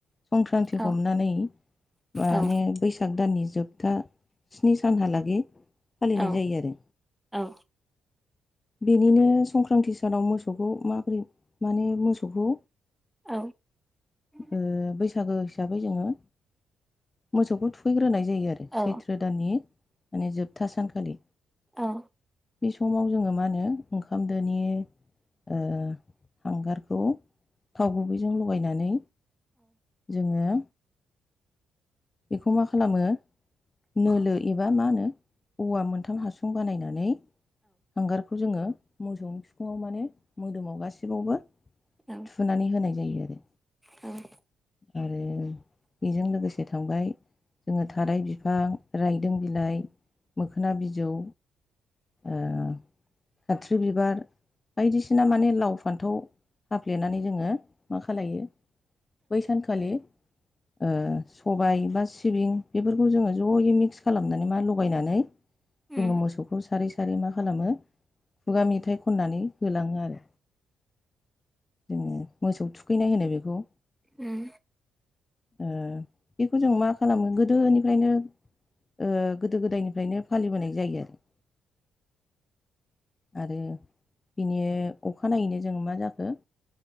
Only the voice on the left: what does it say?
संक्रान्ति
हमनानै मानि
बैसाग दाननि जोबथा स्नि सानहालागि फालिनाय
जायो आरो
बेनिनो संक्रान्ति सानाव मोसौखौ माबोरै माने मोसौखौ
ओ बैसागो हिसाबै जोङो मोसौखौ थुखैग्रोनाय जायो आरो
सैथ्र दाननि माने जोब- था सानखालि
बे समाव जोङो मा होनो ओंखामदोनि ओ हांगारखौ थाव गुबैजों लगायनानै जोङो बेखौ मा खालामो? नोलो एबा मा होनो औवा मोनथाम हासुं बानायनानै हांगारखौ जोङो मोसौनि बिखुङाव माने मोदोमाव गासिबावबो
थुनानै होनाय जायो आरो
आरो बेजों लोगोसे थांबाय जोङो थाराय बिफां रायदों बिलाइ मोखोना बिजौ ओ आथ्रि बिबार बायदिसिना माने लाव फान्थाव हाफ्लेनानै जोङो मा खालायो बै सानखालि ओ सबाय बा सिबिं बेफोरखौ जोङो ज'यै मिक्स खालामनानै मा लगायनानै जोङो
मोसौखौ सारै सारै मा खालामो खुगा मेथाइ खननानै होलाङो आरो। जोङो मोसौ थुखैनाय होनो बेखौ
ओ बेखौ जों मा खालामो गोदोनिफ्रायनो ओ गोदो गोदायनिफ्रायनो फालिबोनाय जायो आरो आरो बिनि अखानायैनो जों मा जाखो?